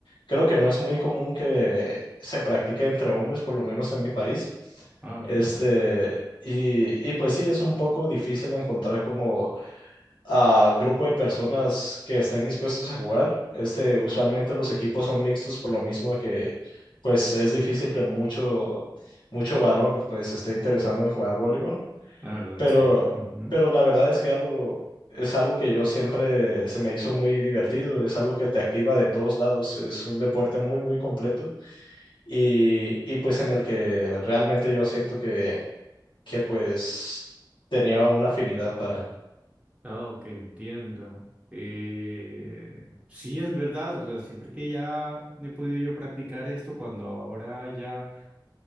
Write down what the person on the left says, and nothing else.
Creo que no es muy común que se practique entre hombres, por lo menos en mi país.
Este, y, y pues sí, es un poco difícil encontrar como a grupo de personas que estén dispuestos a jugar. Este, usualmente los equipos son mixtos por lo mismo que pues es difícil que mucho, mucho varón pues esté interesado en jugar voleibol.
Pero,
pero la verdad es que algo, es algo que yo siempre se me hizo muy divertido, es algo que te activa de todos lados, es un deporte muy, muy completo y, y pues en el que realmente yo siento que, que pues tenía una afinidad para.